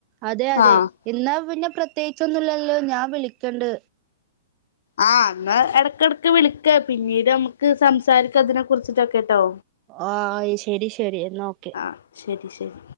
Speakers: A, on the right; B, on the left.
A: അതെ അതെ
B: ആഹ്
A: ഇന്നാ പിന്നെ പ്രത്യേകിച്ചൊന്നുല്ലല്ലോ ഞാൻ വിളിക്കണ്ട്
B: ആ അന്ന് ഇടക്കിടക്ക് വിളിക്ക പിന്നീട് നമുക്ക് സംസാരിക്ക അതിനെ കുറിച്ചിട്ടൊക്കെട്ടോ
A: ഓ ആ ശെരി ശരി എന്നാ ഓക്കെ
B: ആഹ് ശരി ശരി